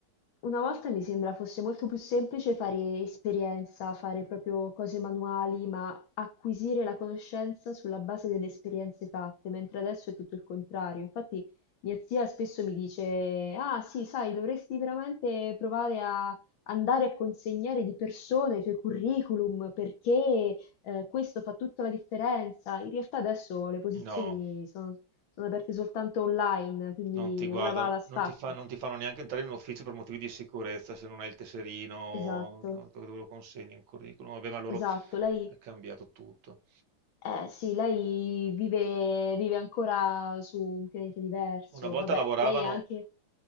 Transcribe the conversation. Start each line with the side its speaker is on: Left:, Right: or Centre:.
Left: Una volta mi sembra fosse molto più semplice fare esperienza, fare proprio cose manuali, ma acquisire la conoscenza sulla base delle esperienze fatte, mentre adesso è tutto il contrario. Infatti mia zia spesso mi dice, ah sì, sai, dovresti veramente provare a andare a consegnare di persona i tuoi curriculum perché eh, questo fa tutta la differenza. In realtà adesso le posizioni
Right: No,
Left: sono, sono aperte soltanto online, quindi
Right: non ti guardano,
Left: o la va o la stacca.
Right: non ti fa- non ti fanno neanche entrare in un ufficio per motivi di sicurezza se non hai il tesserino,
Left: Esatto.
Right: no, dove dove lo consegni un curriculum. Vabbè, ma loro
Left: Esatto, lei,
Right: è cambiato tutto.
Left: eh, sì, lei vive, vive ancora su un pianeta diverso.
Right: Una volta
Left: Vabbè,
Right: lavoravano,
Left: lei è anche...